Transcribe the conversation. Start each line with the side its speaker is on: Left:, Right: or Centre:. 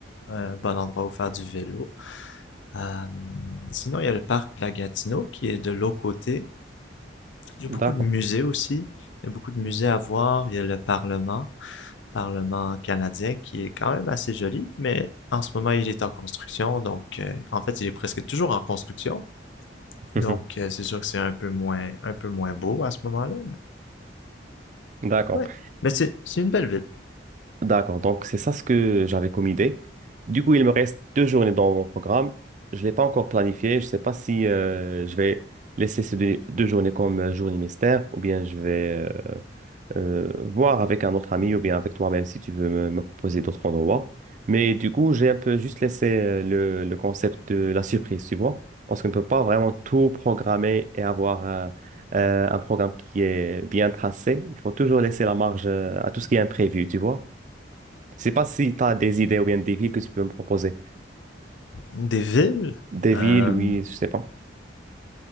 Left: un bon endroit où faire du vélo. Euh, sinon, il y a le parc de la Gatineau qui est de l'autre côté, il
Right: D'accord.
Left: y a beaucoup de musées aussi. Il y a beaucoup de musées à voir. Il y a le Parlement, Parlement canadien, qui est quand même assez joli, mais en ce moment, il est en construction. Donc, euh, en fait, il est presque toujours en construction.
Right: <laughs>
Left: Donc, euh, c'est sûr que c'est un peu moins, un peu moins beau à ce moment-là.
Right: D'accord.
Left: Mais, ouais. mais c'est, c'est une belle ville.
Right: D'accord, donc c'est ça ce que j'avais comme idée. Du coup, il me reste deux journées dans mon programme. Je ne l'ai pas encore planifié. Je ne sais pas si euh, je vais laisser ces deux, deux journées comme euh, journée mystère ou bien je vais euh, euh, voir avec un autre ami ou bien avec toi-même si tu veux me, me proposer d'autres endroits. Mais du coup, j'ai un peu juste laissé euh, le, le concept de la surprise, tu vois, parce qu'on ne peut pas vraiment tout programmer et avoir un, euh, un programme qui est bien tracé. Il faut toujours laisser la marge euh, à tout ce qui est imprévu, tu vois. Je sais pas si tu as des idées ou bien des villes que tu peux me proposer.
Left: Des villes.
Right: Des villes,
Left: euh,
Right: oui, je sais pas.